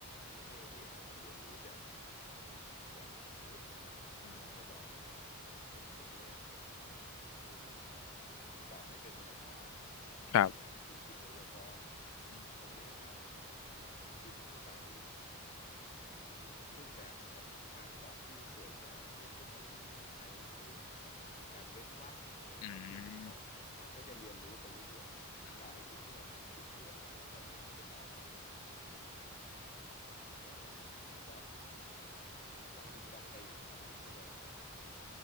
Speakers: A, on the left; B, on the left.
A: ที่ให้ AI มันเรียนรู้จากจากมนุษย์เนี่ยแหละเราจะบอกมันว่าเฮ้ยตรงเนี้ย
B: อืม
A: คุณคุณตอบไม่เป็นธรรมชาติตรงเนี้ยคุณผิดไวยากรณ์
B: ครับอืม
A: ตรงเนี้ยนะเอ่อคุณไม่ใส่ เอ่อรูปแบบของการตอบที่สวยงามเช่นจะต้องมีไฮไลท์มีการเว้นวรรคมีอะไรที่ถูกต้องมันก็จะเรียนรู้ไปเรื่อยๆว่าไอ้สิ่งที่มันทำผิดคืออะไรแล้วคราวหน้ามันจะตอบกลับมามันมันจะไม่ผิด
B: อืมอืม
A: อ่ามันก็อย่างเงี้ยเราก็ดิงดองดิงดองไปอย่างเงี้ยแล้วมันก็จะไอ้ตัว